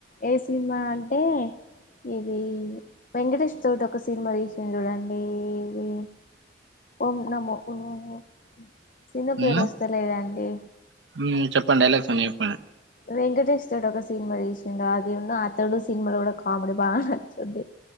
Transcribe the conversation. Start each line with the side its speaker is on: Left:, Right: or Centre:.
Left: ఏ సినిమా అంటే? ఇది వెంకటేష్ తోటి ఒక సినిమా తీశిండు జూడండి. ఏది. ఓం నమో. ఒ ఒ. సిన పేరు,
Right: మ్మ్
Left: వస్తలేదాండి?
Right: మ్మ్ చెప్పండి డైలాగ్స్ అన్ని చెప్పండి
Left: వెంకటేష్ తోట, ఒక సినిమా తీశిండు. అది ను, అతడు సినిమాలో కూడా కామెడీ బా నచ్చొది.